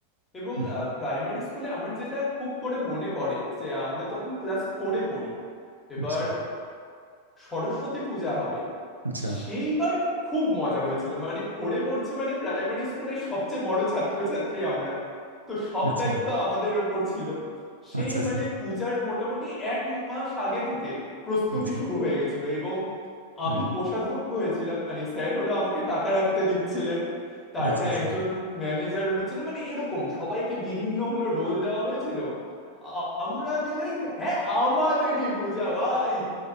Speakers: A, on the left; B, on the right.
A: এবং
B: হুম,
A: প্রাইমারি স্কুলে আমার যেটা খুব করে মনে পড়ে যে আমরা তখন ক্লাস ফোরে পড়ি এবার
B: আচ্ছা
A: সরস্বতী পূজা হবে
B: আচ্ছা
A: সেইবার খুব মজা হয়েছিল মানে ফোরে পড়ছি মানে প্রাইমারি স্কুলের সবচেয়ে বড় ছাত্রছাত্রী আমরা তো সব
B: আচ্ছা
A: দায়িত্ব আমাদের ওপর ছিল সেই
B: আচ্ছা আচ্ছা
A: মানে পূজার মোটামুটি এক মাস আগে থেকে প্রস্তুতি
B: আচ্ছা
A: শুরু হয়ে গেছিল এবং
B: হ্যাঁ,
A: আমি কোষাধ্যক্ষ হয়েছিলাম মানে স্যার হলো আমাকে টাকা রাখতে দিচ্ছিলেন তারপরে
B: আচ্ছা আচ্ছা
A: একজন ম্যানেজার হয়েছিল মানে এরকম সবাইকে বিভিন্ন হলো রোল দেওয়া হয়েছিল আ- আমরা বিলাইক হ্যাঁ আমাদেরই পূজা ভাই